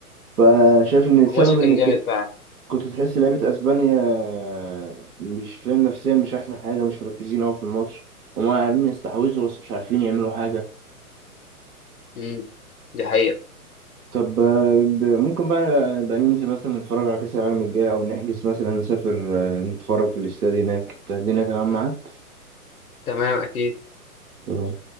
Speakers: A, on the right (about 75°); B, on the left (about 70°).
A: فشايف إن السبب
B: الماتش كان
A: إن
B: جامد
A: كت-
B: فعلا
A: كنت تحس لعيبة أسبانيا آه، مش فاهم نفسيا مش أحسن حاجة مش مركزين أوي في الماتش هما عارفين يستحوذوا بس مش عارفين يعملوا حاجة
B: امم دي حقيقة
A: طب آه، ب- ممكن بقى بقى ننزل مثلا نتفرج على كأس العالم الجاي أو نحجز مثلا نسافر آه، نتفرج في الاستاد هناك الدنيا تمام معاك؟
B: تمام أكيد
A: تمام